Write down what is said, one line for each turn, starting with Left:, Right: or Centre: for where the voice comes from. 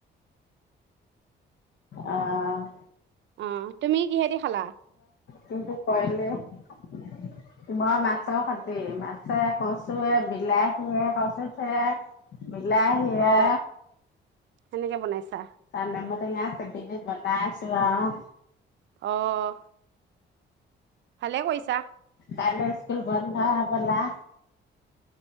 Left: অ'।
Right: অ', তুমি কিহেদি খালা?
Left: কিটো কৰিলি মই মাছৰ খতি মাছে, কচুৱে, বিলাহীয়ে চে কচুয়ে, বিলাহীয়ে
Right: অ সেনেকে বনাইছা।
Left: নেমু টেঙা চেপি দি বনাইছোঁ আওঁ।
Right: অ'। ভালে কৰিছা
Left: কাইলৈ স্কুল বন্ধ। ভলা